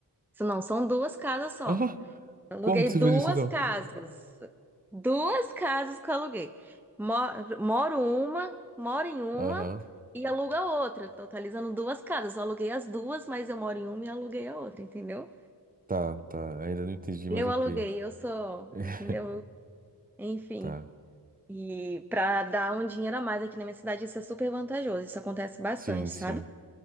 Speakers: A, in the centre; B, on the right.
A: Isso não, são duas casas só.
B: Ah,
A: Aluguei
B: como que você
A: duas
B: fez isso então?
A: casas. Duas casas que eu aluguei. Moro, moro uma, moro em uma
B: Aham.
A: e alugo a outra, totalizando duas casas. Eu aluguei as duas, mas eu moro em uma e aluguei a outra, entendeu?
B: Tá, tá. Ainda não entendi, mas
A: Eu
B: ok.
A: aluguei, eu sou,
B: <laughs>
A: entendeu? Eu- Enfim.
B: Tá.
A: E pra dar um dinheiro a mais aqui na minha cidade, isso é super vantajoso. Isso acontece bastante,
B: Sim, sim.
A: sabe?